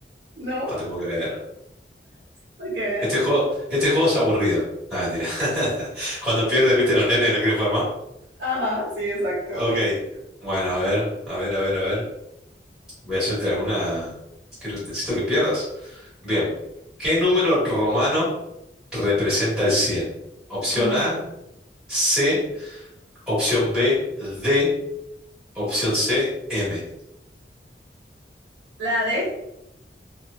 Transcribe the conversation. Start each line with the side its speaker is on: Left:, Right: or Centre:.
Right: No,
Centre: No te puedo creer.
Right: para que veas.
Centre: Este juego, este juego es aburrido. No, mentira. <laughs> Cuando pierdes, viste los nenes, no quieren jugar más.
Right: Ajá, sí, exacto.
Centre: Ok. Bueno, a ver, a ver, a ver, a ver. Voy a hacerte alguna. Quiero- necesito que pierdas. Bien. ¿Qué número romano representa el 100? Opción
Right: No.
Centre: A, C. Opción B, D. Opción C, M.
Right: La D.